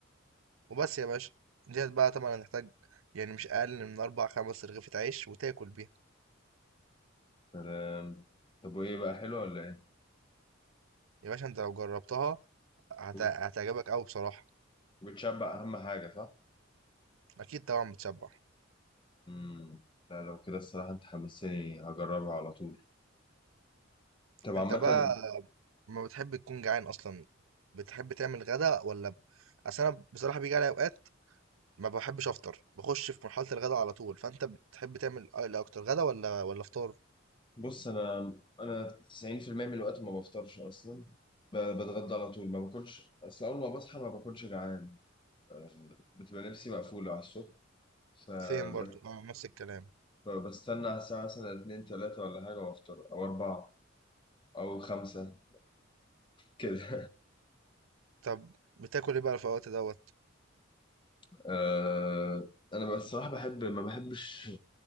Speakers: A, on the right; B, on the left.
A: وبس يا باشا ديت بقى طبعا هتحتاج يعني مش اقل من اربع خمس رغيفة عيش وتاكل بيها
B: سلام طب وايه بقى حلوه ولا ايه
A: يا باشا انت لو جربتها هت...
B: وبت-
A: هتعجبك قوي بصراحه
B: وبتشبع اهم حاجه صح
A: اكيد طبعا بتشبع
B: امم لا لو كده الصراحه انت حمسني هجربها على طول طب عامه
A: انت بقى ما بتحب تكون جعان اصلا بتحب تعمل غدا ولا ب... اصل انا بصراحه بيجي علي اوقات ما بحبش افطر بخش في مرحله الغدا على طول فانت بتحب تعمل أ- إيه اكتر غدا ولا ولا فطار
B: بص انا انا 90% من الوقت ما بفطرش اصلا ب- بتغدى على طول ما باكلش اصل اول ما بصحى ما باكلش جعان أه، بتبقى نفسي مقفوله على الصبح فب-
A: سيم برضو اه نفس الكلام
B: فبستنى على الساعه مثلا 2 3 ولا حاجه وافطر او 4 او 5 كده
A: طب بتاكل ايه بقى في الوقت دوت
B: <laughs> أه، انا بصراحه بحب ما بحبش